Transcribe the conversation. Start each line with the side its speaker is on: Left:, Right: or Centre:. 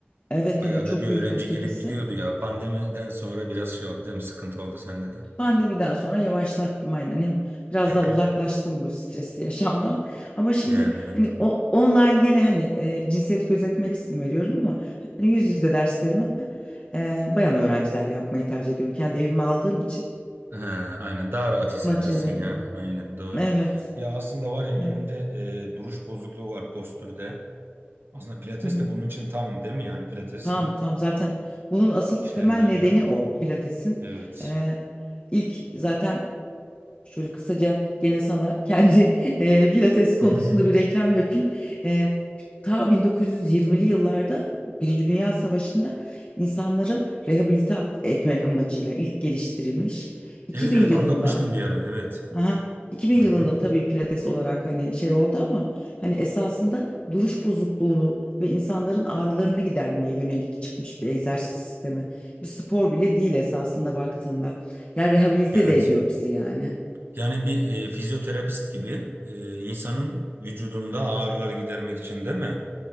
Left: evet
Right: Ayağda
Left: evet çok
Right: bir
Left: büyük
Right: öğrenci
Left: de ötekisi.
Right: gelip gidiyordu ya. Pandemiden sonra biraz şey oldu değil mi? Sıkıntı oldu sende de.
Left: Pandemiden sonra yavaşlattım aynen. Hem biraz
Right: <clears throat>
Left: daha uzaklaştım bu stresli yaşamdan. Ama şimdi
Right: Yani evet.
Left: hani o online gene hani e, cinsiyet gözetmek için veriyorum ama hani yüz yüze derslerimi e, bayan öğrencilerle yapmayı tercih ediyorum. Kendi evime aldığım için
Right: Ha, aynen daha rahat hissedersin
Left: buna çevirdim.
Right: ya. Aynen doğru.
Left: Evet,
Right: Ya aslında var ya
Left: evet.
Right: benim de e, duruş bozukluğu var postürde. Aslında pilates
Left: Hı hı.
Right: de bunun için tam değil mi? Yani pilatesin
Left: Tamam, tamam. Zaten bunun asıl temel
Right: işlerinden
Left: nedeni
Right: biri bu.
Left: o Pilates'in.
Right: Evet.
Left: E, ilk zaten Şöyle kısaca gene sana kendi <laughs> eee, pilates konusunda
Right: <laughs>
Left: bir reklam yapayım. Eee ta 1920'li yıllarda Birinci Dünya Savaşı'nda insanları rehabilite at- etmek amacıyla ilk geliştirilmiş. 2000
Right: Evet evet
Left: yılında
Right: anlatmıştım bir ara. Evet.
Left: aha, 2000
Right: Hı hı.
Left: yılında tabii pilates olarak hani şey oldu ama hani esasında duruş bozukluğunu ve insanların ağrılarını gidermeye yönelik çıkmış bir egzersiz sistemi. Bir spor bile değil esasında baktığında. Yani rehabilite
Right: Evet.
Left: de ediyor bizi yani.
Right: Yani bir e, fizyoterapist gibi e, insanın vücudunda ağrıları gidermek için değil mi?